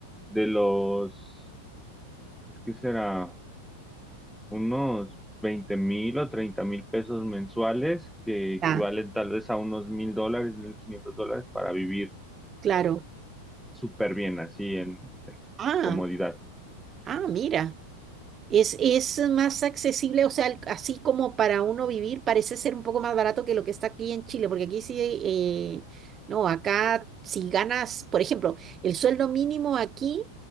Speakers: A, in the centre; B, on the right.
A: de los, pues qué será, unos veinte mil o treinta mil pesos mensuales, que equivalen
B: Ya,
A: tal vez a unos mil dólares, mil quinientos dólares para vivir
B: claro.
A: eh, súper bien, así en
B: Ah,
A: comodidad.
B: ah, mira. Es, es más accesible, o sea, al- así como para uno vivir, parece ser un poco más barato que lo que está aquí en Chile, porque aquí sí, eh, no, acá si ganas, por ejemplo, el sueldo mínimo aquí